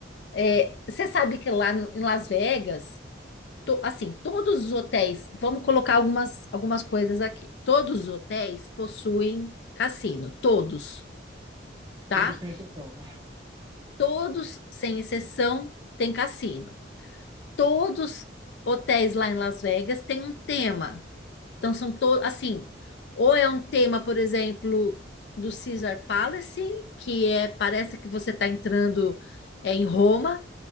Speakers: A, on the left; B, on the right.
A: é, você sabe que lá no- em Las Vegas. to- assim, todos os hotéis, vamos colocar algumas, algumas coisas aqui. Todos os hotéis possuem cassino, todos, tá?
B: Todos sem exceção.
A: Todos, sem exceção, têm cassino. Todos hotéis lá em Las Vegas têm um tema. Então são todos, assim, ou é um tema, por exemplo, do Caesar Palace, que é parece que você está entrando é, em Roma,